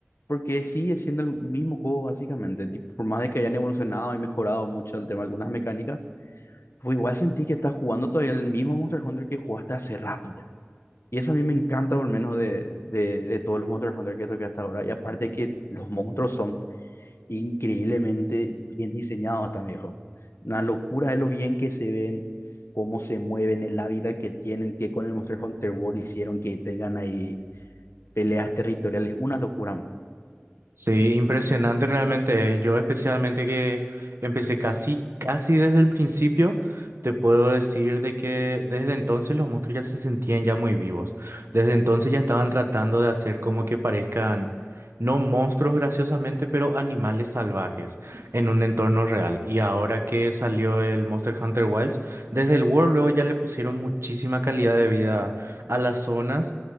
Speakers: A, on the left; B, on the right.
A: porque sigue siendo el mismo juego básicamente. Tipo, por más de que hayan evolucionado y mejorado mucho el tema de algunas mecánicas, pues igual sentí que estás jugando todavía el mismo Monster Hunter que jugaste hace rato ya. Y eso a mí me encanta, por lo menos de, de, de todos los Monster Hunter que toqué hasta ahora. Y aparte que los monstruos son increíblemente bien diseñados tan viejo. Una locura de lo bien que se ven, cómo se mueven, el hábitat que tienen, que con el Monster Hunter World hicieron que tengan ahí peleas territoriales. Una locura, man.
B: Sí, impresionante realmente. Yo especialmente que empecé casi, casi desde el principio, te puedo decir de que desde entonces los monstruos ya se sentían ya muy vivos. Desde entonces ya estaban tratando de hacer como que parezcan, no monstruos graciosamente, pero animales salvajes en un entorno real. Y ahora que salió el Monster Hunter Wilds, desde el World luego ya le pusieron muchísima calidad de vida a las zonas,